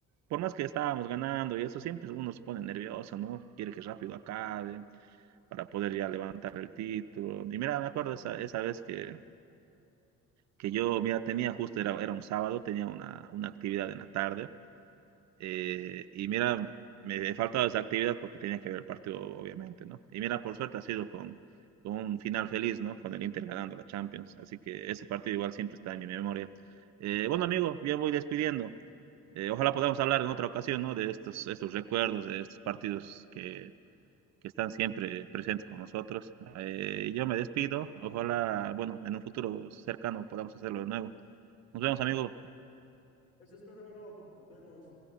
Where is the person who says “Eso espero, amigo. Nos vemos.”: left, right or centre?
Left